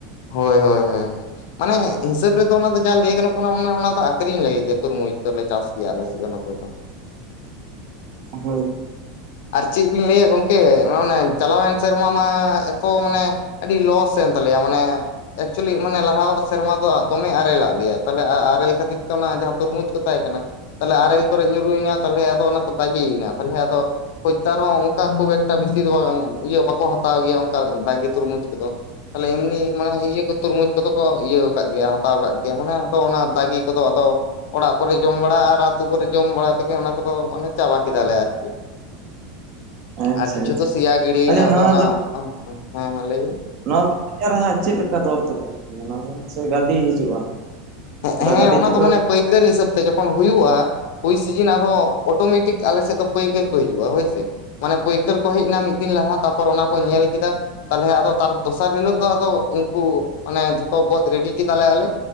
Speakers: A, on the left; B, on the right.
A: ᱦᱳᱭ ᱦᱳᱭ ᱦᱳᱭᱸᱸ ᱢᱟᱱᱮ ᱦᱤᱥᱟᱹᱵᱽ ᱨᱮᱫᱚ ᱚᱱᱟ ᱫᱚ ᱡᱟ ᱞᱟᱹᱭ ᱜᱟᱱᱚᱜ ᱠᱟᱱᱟ ᱚᱱᱟ ᱚᱱᱟᱫᱚ ᱟᱠᱷᱨᱤᱧ ᱞᱟᱹᱜᱤᱫ ᱜᱮ ᱛᱩᱨᱢᱩᱡ ᱫᱚᱞᱮ ᱪᱟᱥ ᱜᱮᱭᱟ ᱟᱞᱮ ᱥᱮᱫ ᱫᱚ ᱱᱚᱛᱮ ᱫᱚ
B: ᱦᱳᱭ
A: ᱟᱨ ᱪᱮᱫ ᱵᱤᱱ ᱞᱟᱹᱭᱟ ᱜᱚᱝᱠᱮ ᱱᱚᱜᱼᱟ ᱪᱟᱞᱟᱣᱮᱱ ᱥᱮᱨᱢᱟ ᱢᱟ ᱮᱛᱚ ᱢᱟᱱᱮ ᱟᱹᱰᱤ ᱞᱚᱥ ᱮᱱ ᱛᱟᱞᱮᱭᱼᱟ ᱢᱟᱱᱮ ᱮᱠᱪᱩᱭᱞᱤ ᱢᱟᱱᱮ ᱞᱟᱦᱟᱼᱳ ᱥᱮᱨᱢᱟ ᱫᱚ ᱫᱚᱢᱮ ᱟᱨᱮᱞ ᱟᱜ ᱞᱮᱟᱭ ᱛᱟᱦᱚᱞᱮ ᱟᱟᱨᱮᱞ ᱠᱷᱟᱹᱛᱤᱨ ᱛᱮ ᱚᱱᱟ ᱡᱟᱦᱟᱸ ᱛᱩᱨᱢᱩᱡᱽ ᱠᱚ ᱛᱟᱦᱮᱸ ᱠᱟᱱᱟ ᱛᱟᱦᱚᱞᱮ ᱟᱨᱮᱞ ᱠᱚᱨᱮ ᱧᱩᱨᱩᱭᱮᱱᱟ ᱛᱟᱦᱚᱞᱮ ᱟᱫᱚ ᱚᱱᱟ ᱠᱚ ᱫᱟᱜᱤᱭᱮᱱᱟ ᱛᱟᱦᱚᱞᱮ ᱟᱫᱚ ᱦᱳᱭᱛᱚ ᱟᱨᱦᱚᱸ ᱚᱱᱠᱟ ᱠᱩᱭ ᱮᱠᱴᱟ ᱵᱤᱥᱤ ᱫᱚ ᱤᱭᱟᱹ ᱵᱟᱠᱚ ᱦᱟᱛᱟᱣ ᱜᱮᱭᱟ ᱚᱱᱠᱟ ᱫᱟᱜᱤ ᱛᱩᱨᱢᱩᱡᱽ ᱠᱚᱫᱚ ᱛᱟᱦᱟᱞᱮ ᱮᱢᱱᱤ ᱢᱟᱱᱮ ᱤᱭᱟᱹ ᱠᱚ ᱛᱩᱨᱢᱩᱡᱽ ᱠᱚᱫᱚ ᱠᱚ ᱤᱭᱟᱹ ᱠᱟᱜ ᱜᱮᱭᱟ ᱦᱟᱛᱟᱣ ᱠᱟᱫ ᱜᱮᱭᱟ᱾ ᱢᱟᱱᱮ ᱟᱫᱚ ᱚᱱᱟ ᱫᱟᱜᱤ ᱠᱚᱫᱚ ᱟᱫᱚ ᱼᱼ ᱚᱲᱟᱜ ᱠᱚᱨᱮ ᱡᱚᱢ ᱵᱟᱲᱟ ᱟᱨ ᱟᱹᱛᱩ ᱠᱚᱨᱮ ᱡᱚᱢ ᱵᱟᱲᱟ ᱛᱮᱜᱮ ᱚᱱᱟ ᱠᱚᱫᱚ ᱢᱟᱱᱮ ᱪᱟᱵᱟ ᱠᱮᱫᱟᱞᱮ ᱟᱨᱠᱤ।
B: ᱟᱪᱪᱷᱟ
A: ᱟᱨ ᱠᱤᱪᱷᱩ
B: ᱟᱪᱪᱷᱟ
A: ᱫᱚ ᱥᱮᱭᱟ ᱜᱤᱲᱤᱭᱮᱱᱟ᱾
B: ᱟᱪᱪᱷᱟ
A: ᱟᱫᱚ
B: ᱱᱚᱣᱟ
A: ᱚᱱᱟ
B: ᱫᱚ
A: ᱦᱮᱸ ᱦᱮᱸ ᱞᱟᱹᱭ ᱵᱤᱱ᱾
B: ᱱᱚᱣᱟ ᱫᱚ ᱵᱟᱡᱟᱨ ᱨᱮ ᱦᱟᱸᱜ ᱪᱮᱫ ᱞᱮᱠᱟ ᱫᱚᱨ ᱛᱮᱯᱮ ᱮᱢᱟ ᱚᱱᱟ ᱫᱚ ᱥᱮ ᱜᱟᱹᱰᱤ ᱦᱤᱡᱩᱜᱼᱟ
A: ᱦᱮᱸᱜ
B: ᱚᱱᱠᱟ
A: ᱦᱮᱸ
B: ᱜᱟᱹᱰᱤ
A: ᱚᱱᱟ
B: ᱛᱮᱯᱮ
A: ᱫᱚ ᱢᱟᱱᱮ ᱯᱟᱹᱭᱠᱟᱹᱨᱤ ᱦᱤᱥᱟᱹᱵᱽ ᱛᱮ ᱡᱚᱠᱷᱚᱱ ᱦᱩᱭᱩᱜᱼᱟ ᱼᱼ ᱦᱩᱭ ᱥᱤᱡᱤᱱ ᱟᱫᱚ ᱚᱴᱳᱢᱮᱴᱤᱠ ᱟᱞᱮ ᱥᱮᱫ ᱫᱚ ᱯᱟᱹᱭᱠᱟᱹᱨᱤ ᱠᱚ ᱦᱤᱡᱩᱜᱼᱟ ᱦᱳᱭᱥᱮ। ᱢᱟᱱᱮ ᱯᱟᱹᱭᱠᱟᱹᱨ ᱠᱚ ᱦᱮᱡ ᱮᱱᱟ ᱢᱤᱫ ᱫᱤᱱ ᱞᱟᱦᱟ ᱛᱟᱨᱯᱚᱨ ᱚᱱᱟ ᱠᱚ ᱧᱮᱞ ᱠᱮᱫᱟ᱾ ᱛᱟᱦᱟᱞᱮ ᱟᱫᱚ ᱛᱟᱨ ᱫᱚᱥᱟᱨ ᱦᱤᱞᱳᱜ ᱫᱚ ᱟᱫᱚ ᱩᱱᱠᱩ ᱢᱟᱱᱮ ᱡᱷᱚᱛᱚ ᱜᱚᱫ ᱨᱮᱰᱤ ᱠᱮᱫᱟᱞᱮ ᱟᱞᱮ।